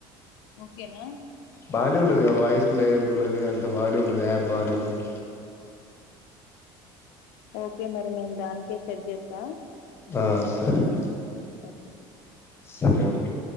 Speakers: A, on the left; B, on the left.
A: ఓకేనా
B: బాగానే ఉన్నది వాయిస్ క్లయర్గా ఉన్నది అంత బాగానే ఉన్నది యాప్ బాగానే ఉంది
A: ఓకే మరి నేను దానికే సెట్ చేస్తా
B: ఆ సరే అం
A: ఓకే
B: సరే కే